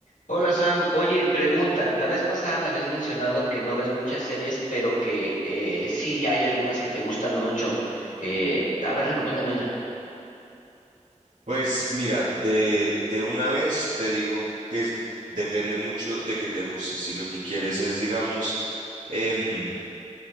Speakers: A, on the left (about 80°); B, on the right (about 75°).
A: Hola Sam, oye, pregunta, la vez pasada me habías mencionado que no ves muchas series, pero que eh, sí hay algunas que te gustan mucho. Eh, a ver, recomiéndame una.
B: Pues mira, de, de una vez te digo que es- depende mucho de que te guste. Si lo que quieres es, digamos, em,